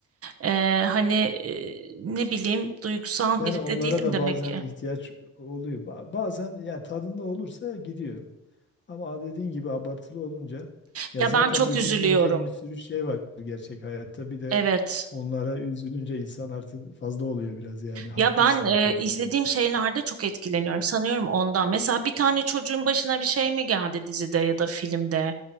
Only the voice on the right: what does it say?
E, hani e, ne bileyim duygusal
biri
de değilim
demek
ki.
Ya
ben çok
üzülüyorum.
Evet.
Ya ben e,
izlediğim şeylerde çok etkileniyorum. Sanıyorum ondan. Mesela bir tane çocuğun başına bir şey mi geldi dizide ya da filmde?